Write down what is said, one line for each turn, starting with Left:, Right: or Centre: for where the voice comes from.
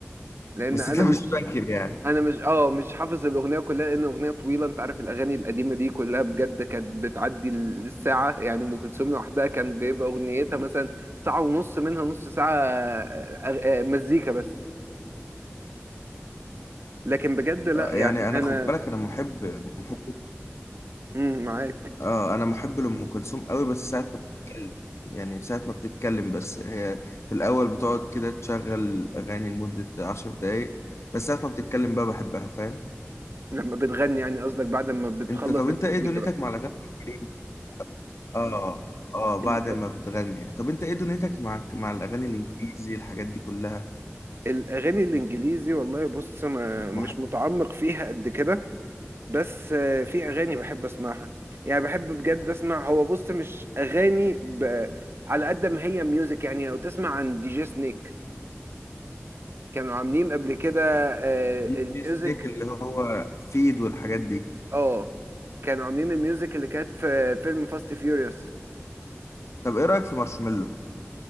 Right: لأن
Left: بس
Right: أنا
Left: انت مش فاكر يعني
Right: انا مش اه مش حافظ الاغنيه كلها لان اغنيه طويله انت عارف الاغاني القديمه دي كلها بجد كانت بتعدي الساعه يعني ام كلثوم لوحدها كان بيبقى اغنيتها مثلا ساعه ونص منها نص ساعه آه، آه، آه، مزيكا بس لكن بجد لا
Left: آه،
Right: يعني
Left: يعني انا
Right: انا
Left: خد بالك انا محب محب
Right: مم، معاك
Left: اه انا محب لام كلثوم قوي بس ساعه ما بتتكلم يعني ساعه ما بتتكلم بس هي في الاول بتقعد كده تشغل اغاني لمده عشر دقايق بس ساعه ما بتتكلم بقى بحبها فاهم
Right: لما بتغني يعني قصدك بعد ما بتخلص
Left: انت طب
Right: المزيكا
Left: انت ايه دنيتك
Right: بقى
Left: مع الاغاني الإنجليزي؟ اه اه بعد
Right: ال-
Left: ما
Right: آه،
Left: بتغني يعني طب انت ايه دنيتك مع مع الاغاني الانجليزي الحاجات دي كلها
Right: الاغاني الانجليزي والله بص ما
Left: محب
Right: مش متعمق فيها قد كده بس آه، في اغاني بحب اسمعها يعني بحب بجد اسمع هو بص مش اغاني ب... على قد ما هي ميوزك يعني لو تسمع عن دي جي سنيك كانوا عاملين قبل كده آه،
Left: دي
Right: الميوزك
Left: دي سنيك اللي هو فيد والحاجات دي
Right: اه كانوا عاملين الميوزك اللي كانت في فيلم فاست فيوريوس
Left: طب ايه رايك في مارشميلو